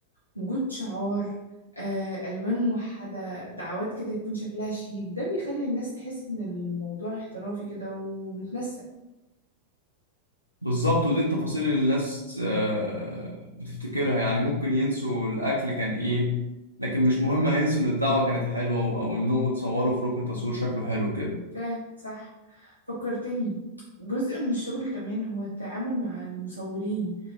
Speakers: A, on the left; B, on the right.
A: وجود شعار آه، الوان موحدة دعوات كده يكون شكلها شيك ده بيخلي الناس تحس ان الموضوع احترافي كده ومتنسق
B: بالظبط ودي التفاصيل اللي الناس آه، بتفتكرها يعني ممكن ينسوا الأكل كان إيه لكن مش مهم هينسوا إن الدعوة كانت حلوة أو إنهم اتصوروا في ركن تصوير شكله حلو كده
A: فاهم صح فكرتني جزء من الشغل كمان هو التعامل مع المصورين